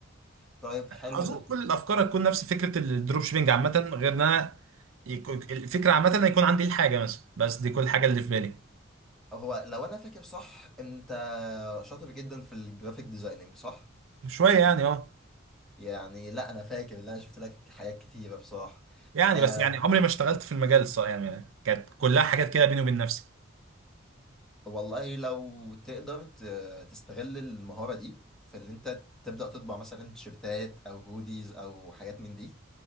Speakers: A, in the centre; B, on the right.
A: طيب حلو
B: أظن
A: ده
B: كل الأفكار هتكون نفس فكرة الدروب شيبينج عامة غير إن أنا يكون- الفكرة عامة إن يكون عندي الحاجة مثلا بس دي كل حاجة اللي في بالي
A: هو لو انا فاكر صح انت شاطر جدا في الجرافيك ديزايننج صح
B: شوية يعني أه
A: يعني لا انا فاكر ان انا شفت لك حاجات كتيره بصراحه
B: يعني
A: أه
B: بس يعني عمري ما اشتغلت في المجال الصراحة يعني كانت كلها حاجات كده بيني وبين نفسي
A: والله لو تقدر ت- تستغل المهاره دي في ان انت تبدا تطبع مثلا تيشيرتات او هوديز او حاجات من دي